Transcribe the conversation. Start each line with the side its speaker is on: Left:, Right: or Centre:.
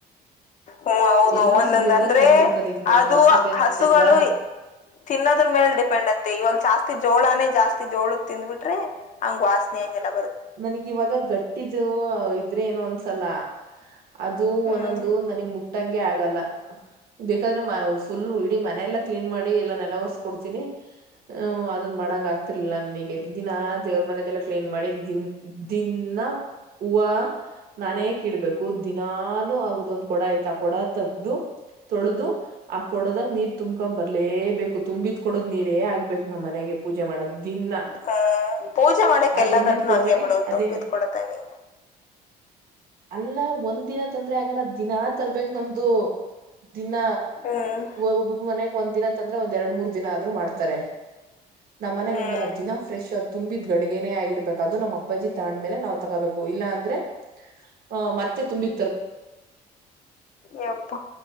Left: ಹ್ಮ ಹೌದು
Right: ಎಲ್ಲೂ
Left: ಒಂದೊಂದ
Right: ಸಿಗ್ಲಿಲ್ದಾಗ
Left: ಅಂದ್ರೆ
Right: ತಂದ್ಬಿಡ್ತಾರ ಈಗ ನಮ್ದು
Left: ಅದು
Right: ಹಸ ಬೇರೆ
Left: ಹಸುಗಳು
Right: ಇರ್ಲಿಲ್ವಾ
Left: ತಿನ್ನದ್ರ ಮೇಲ್ ಡಿಪೆಂಡ್ ಅಂತೆ ಇವಾಗ ಜಾಸ್ತಿ ಜೋಳಾನೇ ಜಾಸ್ತಿ ಜಾಸ್ತಿ ಜೋಳ ತಿದ್ ಬಿಟ್ರೆ ಹಂಗ ವಾಸನೆಂಗಲ್ಲ
Right: ನನಗ ಇವಾಗ ಗಟ್ಟಿದ ಇದ್ರೆ ಏನು ಅನ್ಸಲ್ಲ ಅದು
Left: ಹ್ಮ್
Right: ಒಂದೊಂದು ನನಗ್ ಮುಟ್ಟಂಗೆ ಆಗಲ್ಲ ಬೇಕಾದ್ರೆ ಫುಲ್ ಇಡೀ ಮನೆ ಎಲ್ಲಾ ಕ್ಲೀನ್ ಮಾಡಿ ಎಲ್ಲ ಕೊಡ್ತೀನಿ ಹ್ ಅದನ್ ಮಾಡಂಗ ಆಗ್ತಿರ್ಲಿಲ್ಲ ನನಗೆ ದಿನಾ ದೇವ್ರ ಮನೆದೆಲ್ಲ ಕ್ಲೀನ್ ಮಾಡಿ ದಿನ ಹೂವ ನಾನೇ ಕಡ್ಬೇಕು ದಿನಲು ಆಗ ಒಂದು ಕೊಡ ಯ್ತ ಆ ಕೊಡ ತಗ್ದು ತೊಳೆದು ಆ ಕೊಡದಾಗ ನೀರ್ ತುಂಕೊಂಡು ಬರ್ಲೇಬೇಕು ತುಂಬಿದ್ ಕೊಡದ್ ನೀರೇ ಆಗ್ಬೇಕು ನಮ್ಮ ಮನೆಗೆ ಪೂಜೆ ಮಾಡಕ್ ದಿನ
Left: ಹ್ಮ್ ಪೂಜೆ ಮಾಡಕ್
Right: ಆ
Left: ಎಲ್ಲಾ
Right: ತುಂಬಿದ
Left: ಕಡೆನು
Right: ಕೊಡದಾಗ
Left: ಹಂಗೆ ಬಿಡು
Right: ಅದೇ
Left: ತುಂಬಿದ್ ಕೊಡತಾನೆ
Right: ಅಲ್ಲ ಒಂದ್ ದಿನ ತಂದ್ರೆ ಆಗಲ್ಲ ದಿನಾ ತರ್ಬೇಕೇಕ್ ನಮ್ದು ದಿನ
Left: ಹ್ಮ್
Right: ಒಬ್ಬೊಬ್ ಮನಯಾಗ ಒಂದ್ ದಿನತ್ಂದ್ರೆ ಒಂದ್ ಎರಡ್ ಮೂರ್ ದಿನ ಆದ್ರು ಮಾಡ್ತಾರೆ ನಮ್ಮ್ನೆಗ್
Left: ಹ್ಮ್
Right: ಹಂಗಲ್ಲ ದಿನ ಫ್ರೆಶ್ ಅ್ ತುಂಬಿದ್ ಗಡಿಗೇ ಆಗಿರ್ಬೇಕು ಅದು ನಮ್ಮ್ ಅಪ್ಪಜಿ ತಾಂಡ್ಮೇಲೆ ನಾವ್ ತಗೋಬೇಕು ಇಲ್ಲಾ ಅಂದ್ರೆ ಅ ಮತ್ತೆ ತುಂಬಿ
Left: ಯಪ್ಪ